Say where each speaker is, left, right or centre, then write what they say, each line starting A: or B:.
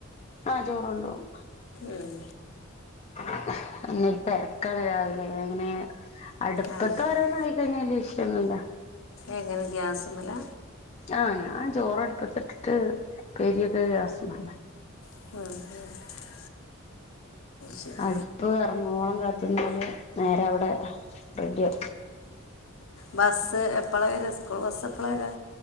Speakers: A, on the left; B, on the left.
A: ആഹ് ചോറ് കൊണ്ടോവും
B: എഹ്
A: <unintelligible> തെരക്കാണ് രാവിലെ എങ്ങനെ അടുപ്പത്ത്
B: ആ ശരി
A: ഒരോന്ന് ആയി കഴിഞ്ഞാല് ബിസി ഒന്നുല്ല
B: എങ്ങനെ ഗ്യാസുമ്മലാ
A: ആഹ് ഞാൻ ചോറ് അട്പ്പത്തിട്ടിട്ട് ഉപ്പേരിയൊക്കെ ഗ്യാസുമ്മെന്നെ
B: <unintelligible> ശരി
A: അടുപ്പ് അറങ്ങോളം കത്തുന്നല് നേരെ അവിടെ റെഡിയ
B: ബസ്സ് എപ്പളാ വരാ സ്കൂൾ ബസ്സ് എപ്പളാ വരാ